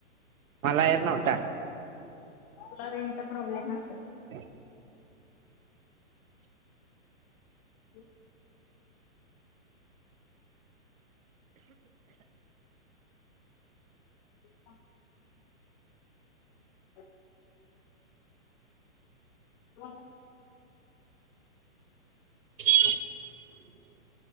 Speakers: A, on the right; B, on the left.
A: मला येत नव्हता.
B: तुला रेंजचा प्रॉब्लेम असेेल.
A: ह.
B: त. ठी <inaudible> ह हो <inaudible>
A: <unintelligible>